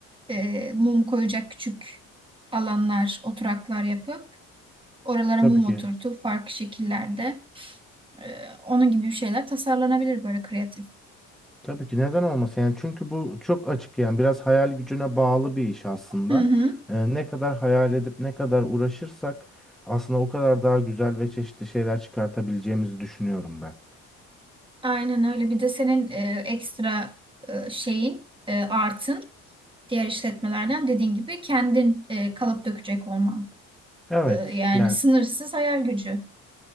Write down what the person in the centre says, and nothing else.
Tabii
ki.
Tabii ki neden olmasın yani çünkü bu çok açık yani biraz hayal gücüne bağlı bir iş aslında.
Ee, ne kadar hayal edip ne kadar uğraşırsak aslında o kadar daha güzel ve çeşitli şeyler çıkartabileceğimizi düşünüyorum ben.
Evet
yani